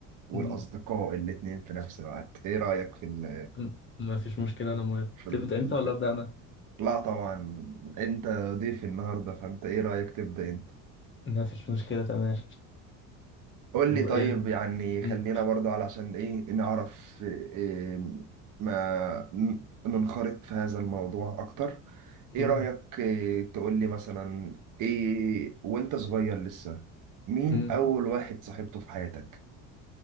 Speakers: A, on the right; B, on the left.
A: والاصدقاء
B: م-
A: الاتنين في نفس الوقت ايه رايك في ال
B: م- ما فيش مشكلة انا موافق
A: في,
B: تبدأ
A: ال
B: انت ولا
A: في...
B: ابدأ انا
A: لا طبعا انت ضيف النهارده فانت ايه رايك تبدا انت
B: ما فيش مشكلة تمام
A: قول
B: و-
A: لي طيب
B: يعني
A: يعني
B: م-
A: خلينا برضو علشان ايه نعرف إيه ما ن- ننخرط في هذا الموضوع اكتر ايه
B: م-
A: رأيك إيه تقول لي مثلا ايه وانت صغير لسه مين
B: م.
A: اول واحد صاحبته في حياتك